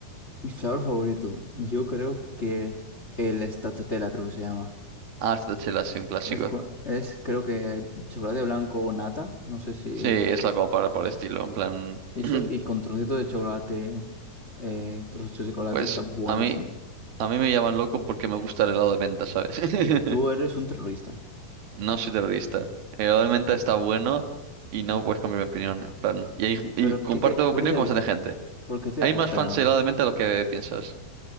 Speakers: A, on the left; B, on the right.
A: Mi sabor favorito, yo creo que el stracciatella creo que se llama.
B: Ah, esta chela es un clásico.
A: Es, cua- es creo que chocolate blanco o nata, no sé si
B: Sí,
A: es
B: es la copa para por el estilo, en plan,
A: eso,
B: <clears throat>
A: y con trocitos de chocolate, eh, trozos de chocolate
B: pues
A: que está buenísimo.
B: a mí, a mí me llaman loco porque me gusta el helado de menta, ¿sabes? <laughs>
A: Tú eres un terrorista,
B: No soy terrorista. El helado de menta está bueno y no puedes cambiar mi opinión, en plan, y, hay- y
A: pero
B: comparto
A: ¿qué te, por
B: opinión
A: qué te,
B: con bastante gente.
A: por qué te
B: Hay
A: gusta?
B: más fans del helado de menta de lo que piensas.